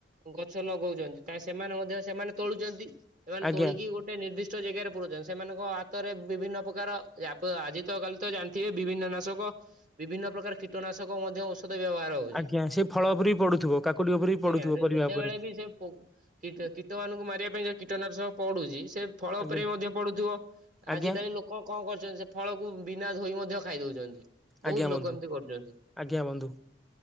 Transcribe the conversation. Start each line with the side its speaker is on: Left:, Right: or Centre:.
Right: ଗଛ ଲଗଉଛନ୍ତି ତା ସେମାନେ ମଧ୍ୟ ସେମାନେ ତୋଳୁଚନ୍ତି। ସେମାନେ
Centre: ଆଜ୍ଞା
Right: ତୋଳିକି ଗୋଟେ ନିର୍ଦ୍ଦିଷ୍ଟ ଜାଗାରେ ପୁରଉଛନ୍ତି ସେମାନଙ୍କ ହାତରେ ବିଭିନ୍ନ ପ୍ରକାର ଆଜି ତ କାଲି ତ ଜାଣିଥିବେ ବିଭିନ୍ନ ନାଶକ ବିଭିନ୍ନ ପ୍ରକାର କୀଟନାଶକ ମଧ୍ୟ <unintelligible> ବ୍ୟବହାର ହଉଛି
Centre: ଆଜ୍ଞା ସେ ଫଳ ଉପରେ ବି ପଡୁଥିବ କାକୁଡି ଉପରେ ବି ପଡୁଥିବ
Right: ଆଜ୍ଞା
Centre: ପରିବା
Right: ଯେତେବେଳେ
Centre: ଉପରେ
Right: ବି ସେ କୀଟ କୀଟ ମାନଙ୍କୁ ମାରିବା ପାଇଁ ଯଉ କୀଟନାଶକ ପଡୁଛି ସେ ଫଳ
Centre: ଆଜ୍ଞା
Right: ଉପରେ ମଧ୍ୟ ପଡୁଥିବ
Centre: ଆଜ୍ଞା
Right: ଆଜିକାଲି ଲୋକ କଣ କରୁଛନ୍ତି ଫଳ କୁ ବିନା ଧୋଇ ମଧ୍ୟ ଖାଇ ଦଉଛନ୍ତି
Centre: ଆଜ୍ଞା
Right: ବହୁତ୍
Centre: ବନ୍ଧୁ
Right: ଲୋକ ଏମିତି କରୁଛନ୍ତି।
Centre: ଆଜ୍ଞା ବନ୍ଧୁ